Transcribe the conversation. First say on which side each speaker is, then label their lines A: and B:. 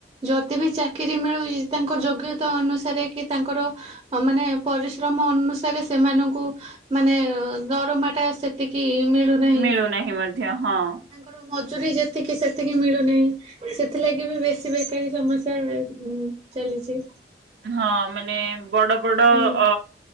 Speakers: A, on the right; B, on the right.
A: ଯଦି ବି ଚାକିରୀ ମିଳୁଛି ତାଙ୍କ ଯୋଗ୍ୟତା ଅନୁସାରେ କି ତାଙ୍କର ମାନେ ପରିଶ୍ରମ ଅନୁସାରେ ସେମାନଙ୍କୁ ମାନେ ଦରମାଟା ସେତିକି ମିଳୁନାହିଁ
B: ମିଳୁନାହିଁ
A: ତାଙ୍କର
B: ମଧ୍ୟ ହଁ।
A: ମଜୁୀ ଯେ ସେତିକି ସେତିକି ମିଳୁ ନହିଁ ସେଥିଲାଗି ବି ବେଶୀ ବେକାରୀ ସମସ୍ୟା ଚାଲିଛି
B: ହଁ ମାନେ ବଡ଼ ବଡ଼
A: ହୁଁ
B: ଅ